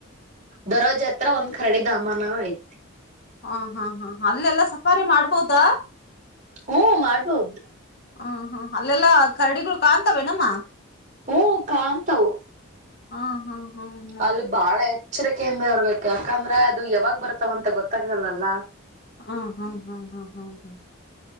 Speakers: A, on the right (about 35°); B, on the left (about 50°).
A: ದರೋಜಿ ಹತ್ರ ಒಂದ್ ಕರಡಿ ಧಾಮನ ಆಯ್ತಾ
B: ಹಾ ಹಾ ಹಾ ಅಲ್ಲೆಲ್ಲಾ ಸಫಾರಿ ಮಾಡ್ಬೋದಾ.
A: ಹ್ಮ ಮಾಡ್ಬೋದು
B: ಹ್ಮ್ ಹ್ಮ್ ಅಲ್ಲೆಲ್ಲಾ ಕರಡಿಗಳು ಕಾಣ್ತಾವೇನಮ್ಮ.
A: ಹೂ ಕಾಣಂತವು
B: ಹ ಹಾ ಹಾ ಹಾ
A: ಅಲ್ಲಿ ಬಹಳ ಎಚ್ಚರಿಕೆಯಿಂದ ಇರ್ಬೇಕು ಯಾಕಂದ್ರೆ ಅದು ಯಾವಾಗ ಬರ್ತಾವ ಅಂತ ಗೊತ್ತಾಗಲಾಲ.
B: ಹ ಹಾ ಹಾ ಹಾ ಹಾ ಹಾ